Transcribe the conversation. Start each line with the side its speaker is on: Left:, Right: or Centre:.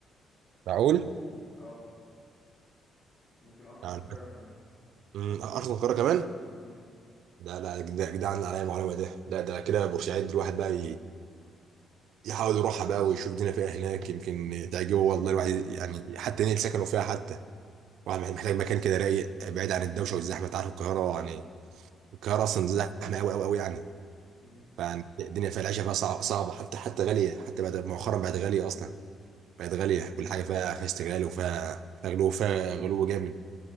Right: معقول
Left: اه يمكن ارخص
Right: يعني
Left: من القاهره كمان
Right: أمم، ارخص من القاهره كمان
Left: مم.
Right: لا لا يا جدع- يا جدعان عليا المعلومه ده لا ده كده بورسعيد الواحد بقى ي- يحاول يروحها بقى ويشوف الدنيا فيها هناك يمكن تعجبه والله الواحد يعني حتى ينقل سكنه فيها حتى واحد محتاج مكان كده رايق بعيد عن الدوشه والزحمه انت عارف القاهره يعني القاهره اصلا زحمه قوي قوي قوي يعني
Left: مم.
Right: فالدنيا فيها العيشه فيها صع- صعبه حتى حتى غاليه حتى بعد مؤخرا بقت غاليه اصلا بقت غاليه كل حاجه فيها فيها استغلال وفيها فيها غلو فيها غلو جامد